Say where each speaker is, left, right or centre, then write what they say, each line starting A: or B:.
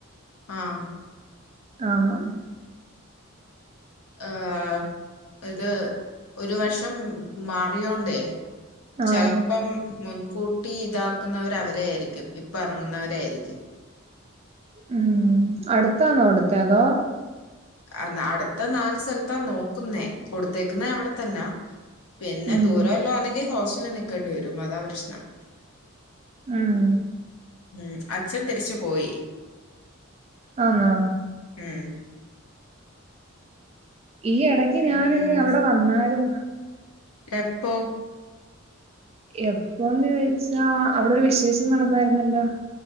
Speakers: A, on the left; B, on the right.
A: ആഹ്
B: ആഹ്
A: ആഹ് ഏഹ് ഇത് ഒരു വഷം മാറിയോണ്ടേ
B: ആഹ്
A: ചിലപ്പം മുൻകൂട്ടി ഇതാക്കുന്നവർവര ആയിരിക്കും ഇപ്പ ഇറങ്ങുന്നവരായിയിരിക്കും.
B: ഉം അടുത്താന്നോ കൊടുത്തെ അതോ
A: ആ അടുത്ത നാല് സ്ഥലത്താ നോക്കുന്നേ കൊടുത്തേക്കുന്നേ അവിടെത്തന്നാ പിന്നെ
B: ഉം
A: ദൂരമല്ലാം ആണെങ്കിൽ ഹോസ്റ്റലിൽ നിൽക്കേണ്ടി വരും. അതാപ്രശ്നം
B: ഉം
A: ഉം അച്ഛൻ തിരിച്ചു പോയി.
B: ആന്നോ
A: ഉം
B: ഈ ഇടക്ക് ഞാന്
A: ഉം
B: അവിടെ വന്നായിരുന്നു.
A: എപ്പോ
B: എപ്പോന്ന് ചോദിച്ചാ അവിടൊരു വിശേഷം നടന്നായിരുന്നല്ലോ.